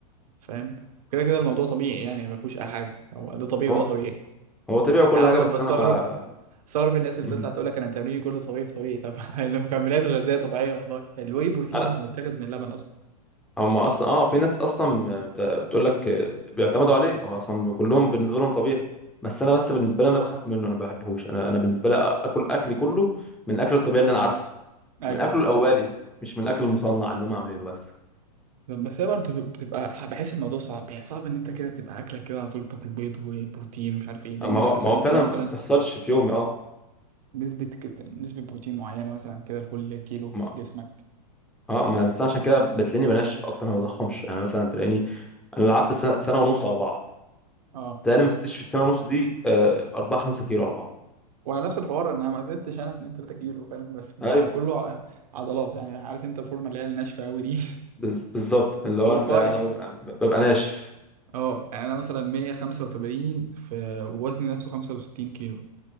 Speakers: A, on the right; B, in the centre.
A: فاهم كده كده الموضوع طبيعي يعني ما فيهوش اي حاجه هو ده طبيعي
B: هو
A: وده طبيعي
B: هو طبيعي وكل
A: انا
B: حاجه
A: اصلا
B: بس
A: بستغرب
B: انا ما
A: استغرب الناس اللي
B: <laughs>
A: تطلع تقول لك انا تمريني كله طبيعي في طبيعي طب <laughs> المكملات الغذائيه طبيعيه والله الواي بروتين
B: انا
A: ما هو متاخد من اللبن اصلا
B: هم اصلا اه في ناس اصلا بت- بتقول لك بيعتمدوا عليه هو اصلا كلهم بالنسبه لهم طبيعي بس انا بس بالنسبه لي انا بخاف منه انا ما بحبهوش انا انا بالنسبه لي اكل اكلي كله من الاكل الطبيعي اللي انا عارفه
A: ايوه
B: من اكله
A: بالظبط
B: الاولي مش من الاكل المصنع اللي هم عاملينه بس
A: طب بس هي برضه بتبقى بحس الموضوع صعب يعني صعب ان انت كده تبقى اكلك كده على طول تاكل بيض وبروتين ومش عارف ايه لان
B: ما
A: انت
B: هو
A: بتبقى
B: ما هو
A: ليك
B: فعلا
A: مثلا
B: ما بتحصلش في يومي اه
A: نسبه كت... نسبه بروتين معينه مثلا كده لكل كيلو في
B: ما
A: جسمك
B: اه ما بس أنا عشان كده بتلاقيني بنشف اكتر ما بضخمش يعني مثلا تلاقيني انا لعبت سنه سنة ونص على بعض
A: اه
B: تقريبا ما زدتش في السنه ونص دي آه، 4 5 كيلو على بعض
A: وانا نفس الحوار انا ما زدتش انا 2 3 كيلو فاهم بس بقى
B: ايوه
A: كله ع- عضلات يعني عارف انت الفورمه اللي هي الناشفه قوي دي
B: بز- بالظبط اللي هو
A: <laughs> ورفيع
B: انت انا ببقى, ببقى ناشف
A: اه يعني انا مثلا 185 في ووزني نفسه 65 كيلو